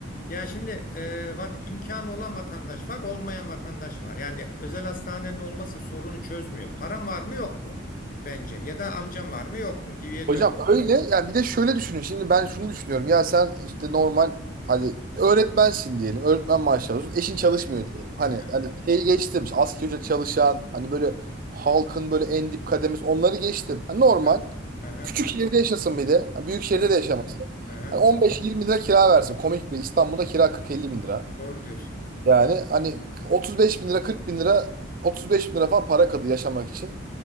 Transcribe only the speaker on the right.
Hocam
öyle ya bir de şöyle düşünün. Şimdi ben şunu düşünüyorum. Ya sen işte normal hadi öğretmensin diyelim. Öğretmen maaşı alıyorsun. Eşin çalışmıyor
diyelim. Hani
hani şeyi geçtim. işte Asgari ücret çalışan hani böyle halkın böyle en dip kademesi onları geçtim. Hani normal.
Küçük şehirde yaşasın bir de. Büyük şehirde
de yaşamasın.
Hani 15-20 lira kira versin. Komik bir İstanbul'da kira 40-50 bin lira.
Yani hani 35 bin lira 40 bin lira 35 bin lira falan para kalıyor yaşamak için.